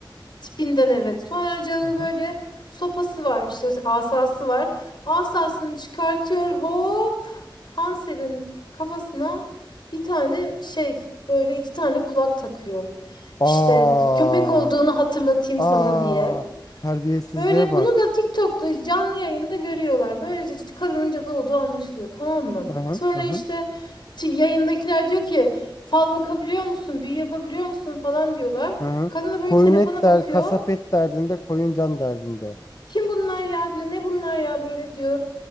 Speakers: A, on the left; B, on the left.
A: Tipinden evet. Sonra cadı
B: Hı hı.
A: böyle sopası var işte mesela asası var. Asasını çıkartıyor hop Hansel'in kafasına bir tane şey böyle iki tane kulak takıyor.
B: Aa,
A: İşte köpek olduğunu hatırlatayım
B: aa,
A: sana diye.
B: terbiyesizliğe
A: Böyle
B: bak.
A: bunu da TikTok'ta canlı yayında görüyorlar. Böylece kadının cadı olduğu anlaşılıyor, tamam mı?
B: Hı hı.
A: Sonra
B: Hı hı.
A: işte t- yayındakiler diyor ki fal bakabiliyor musun, büyü yapabiliyor musun falan diyorlar.
B: Hı hı.
A: Kadın da böyle
B: Koyun
A: telefona
B: et der,
A: bakıyor.
B: kasap et derdinde, koyun can derdinde.
A: Kim bunlar ya diyor, ne bunlar ya böyle diyor.